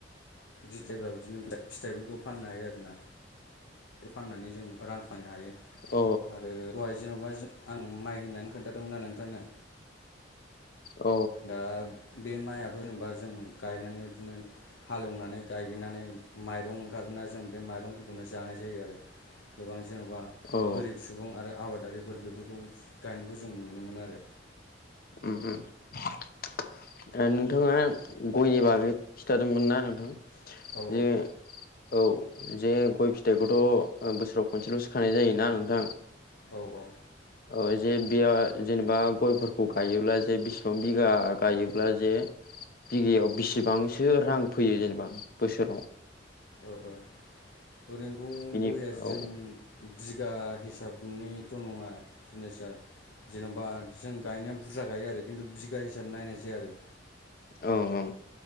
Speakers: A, on the left (about 80°); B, on the left (about 50°).
A: गिदिरबा बिदिनो फिथाइफोरखौ फाननो हायो आरोना फाननानै जों रां खायनो हायो
B: औ
A: आरो दहाय जेन'बा आं माइ होननानै खोन्थादोंमोना नोंथांनो
B: औ
A: दा बे माइयाथ' जेनेबा जों गायनानै बिदिनो हालेवनानै गायगनानै माइरं ओंखारोना जों बे माइरंफोरखौनो जानाय जायो आरो गोबां जेन'बा
B: औ
A: गोरिब सुबुं आरो आबादारिफोर बेफोरखौ गायनायखौ जों नुनो मोनो आरो।
B: उम उम नोंथाङा गयनि बागै खिन्थादोंमोन ना नोंथां
A: औ
B: बियो औ जे गय फिथाइखौथ' बोसोराव खनसेल'सो खानाय जायोना नोंथां
A: औ औ।
B: औ जे बेयो जेनेबा गयफोरखौ गायोब्ला जे बिसेबां बिगा गायोब्ला जे बिगायाव बिसेबांसो रां फैयो जेनेबा बोसोराव
A: ओ ओ ओरैनोथ'
B: बिनि
A: गया
B: औ
A: जों बिगा हिसाबनिथ' नङा बिजनेसाआ जेन'बा जों गायनाया बुरजा गायो आरो खिन्थु बिगा हिसाबै नायनाय जाया आरो
B: औ औ